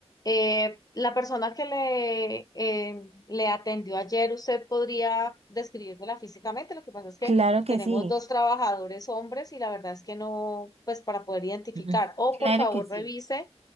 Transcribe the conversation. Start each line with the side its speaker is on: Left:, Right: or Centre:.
Left: Eh, la persona que le, eh, le atendió ayer, usted podría describirla físicamente. Lo que pasa es que
Right: Claro que
Left: tenemos
Right: sí.
Left: dos trabajadores hombres y la verdad es que no, pues para poder identificar.
Right: Mm, mm.
Left: O
Right: Claro
Left: por favor,
Right: que sí.
Left: revise.